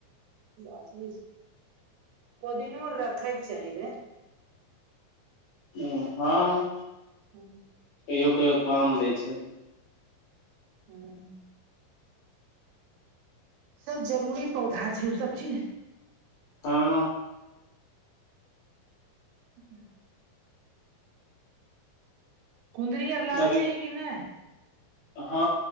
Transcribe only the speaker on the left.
ह हँ।
कहियो कहियो काम दै छै।
हँ।
अभी
हँ